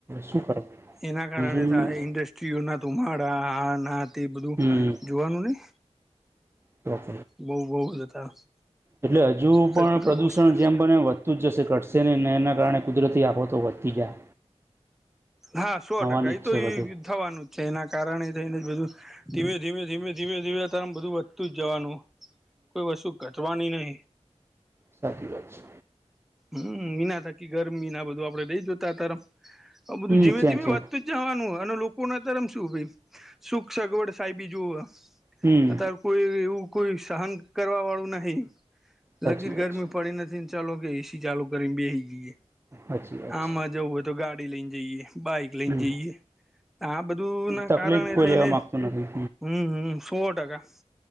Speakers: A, on the right (about 20°); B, in the centre.
A: શું કરે
B: એના કારણે
A: બીજું
B: થાય ઇન્ડસ્ટ્રીઓના ધુમાડા આ ના તે બધું
A: હમ
B: જોવાનું ને.
A: તોક.
B: બહુ બહુ જતા
A: એટલે હજુ
B: તો
A: પણ
B: કેટલું
A: પ્રદુષણ
B: પુષ્ક
A: જેમ બને વધતું જશે ઘટશે નનેને એના કારણે કુદરતી આફોતો વધતી જાય.
B: હા સો
A: આવવાની
B: ટકા એ
A: જ
B: તો
A: છે બધું
B: એ થવાનું છે એના કારણે એ થઈને બધું. ધીમે ધીમે ધીમે ધીમે ધીમે તમ બધું વધતું જ જવાનું. કોઈ વસ્તુ ધટવાની નહિ.
A: સાચી વાત છે
B: હમ મીના થાકી ગરમીના બધું આપડે લઈ જતા તારમ બધું
A: હમ
B: ધીમે
A: છે
B: ધીમે
A: છે
B: વધતું જ જવાનું હોય અને લોકો ના તરમ શું ભ સુખ સગવડ સાહેબી જો અત્યારે
A: હમ
B: કોઈ એવું કોઈ સહન કરવા વાળું નહી
A: સાચી
B: લગીર
A: વાત
B: ગરમી
A: છે
B: પડી નથી. ચાલો કે એસી ચાલુ કરીને બેસી જઈએ
A: સાચી વાત
B: આમાં
A: છે
B: જવું હોય તો ગાડી લઈને જઈએ. બાઈક લઈને
A: હમ
B: જઈએ આ બધું ના
A: તકલીફ
B: કારણે
A: કોઈ
B: થઈને
A: લેવા
B: હમ
A: માગતું નથી
B: હમ. સો ટકા